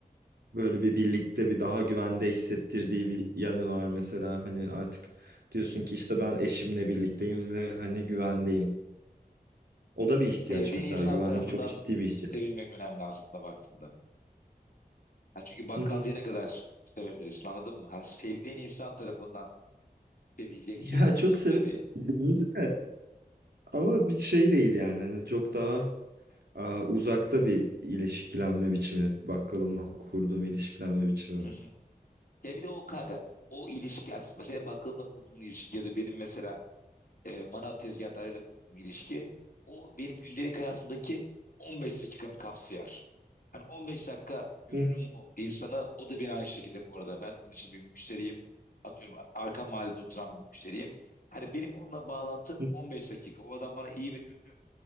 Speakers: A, on the right; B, on the left.
A: böyle bir birlikte bir daha güvende hissettirdiği bir yanı var mesela hani artık diyorsun ki işte ben eşimle birlikteyim ve hani güvendeyim. O da bir ihtiyaç
B: Sevdiğin
A: mesela.
B: insan
A: Güvenlik
B: tarafından
A: çok ciddi bir ihtiyaç.
B: sevilmek önemli aslında baktığında. Ha çünkü bakkalcıyı
A: Hı hı.
B: ne kadar sevebilirsin anladın mı? Hani sevdiğin insan tarafından sevileceksin.
A: Ya
B: O
A: çok
B: da
A: severiz
B: ne bir...
A: birbirimizi de ama bir şey değil yani. Hani çok daha aa, uzakta bir ilişkilenme biçimi. Bakkalımla kurduğum ilişkilenme biçimi.
B: Hı hı. Ya bir de o kanka o ilişki yani mesela bakkalınla kurduğun ilişki ya da benim mesela e, manav tezgahlarıyla kurduğum ilişki o benim gündelik hayatımdaki 15 dakikamı kapsıyor. Hani 15 dakika görürüm
A: Hı
B: o insanı. O da beni aynı şekilde bu arada. Ben bunun için bir müşteriyim. Atıyorum arka mahallede oturan bir müşteriyim. Hani benim onunla bağlantım
A: hı.
B: 15 dakika. O adam bana iyi ve kötü